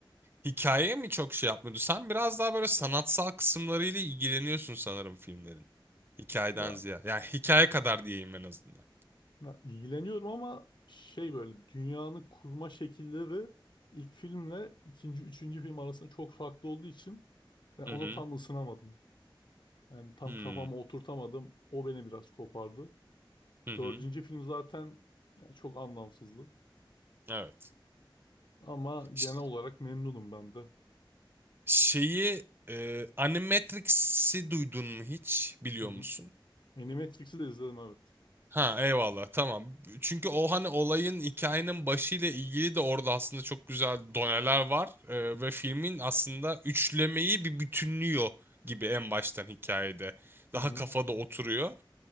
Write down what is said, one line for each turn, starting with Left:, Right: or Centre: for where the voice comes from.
Right: Hikayeye mi çok şey yapmıyordu? Sen biraz daha böyle sanatsal kısımlarıyla ilgileniyorsun sanırım filmlerin. Hikayeden
Left: Ya,
Right: ziyade. Yani hikaye kadar diyeyim en azından.
Left: ya ilgileniyorum ama şey böyle dünyanın kurma şekilleri ilk filmle ikinci, üçüncü film arasında çok farklı olduğu için ben ona
Right: Hı hı.
Left: tam ısınamadım. Yani tam
Right: Hmm.
Left: kafama oturtamadım. O beni biraz kopardı.
Right: Hı hı.
Left: Dördüncü film zaten yani çok anlamsızdı.
Right: Evet.
Left: Ama genel
Right: Ş-
Left: olarak memnunum ben de.
Right: Şeyi e, Animatrix'i duydun mu hiç? Biliyor
Left: Hı hı.
Right: musun?
Left: Animatrix'i de izledim evet.
Right: Ha eyvallah tamam. Çünkü o hani olayın hikayenin başıyla ilgili de orada aslında çok güzel doneler var. E, ve filmin aslında üçlemeyi bir bütünlüyor gibi en baştan hikayede. Daha
Left: Hı hı.
Right: kafada oturuyor.